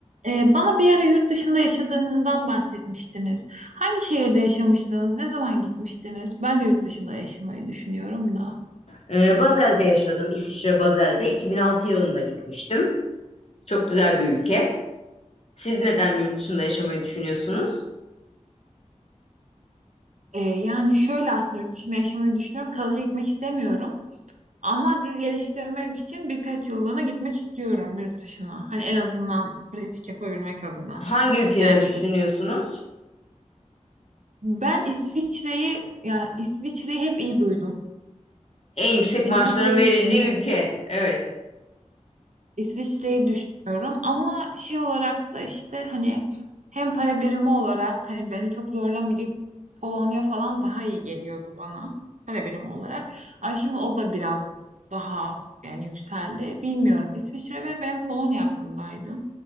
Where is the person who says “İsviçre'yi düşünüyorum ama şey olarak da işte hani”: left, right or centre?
Right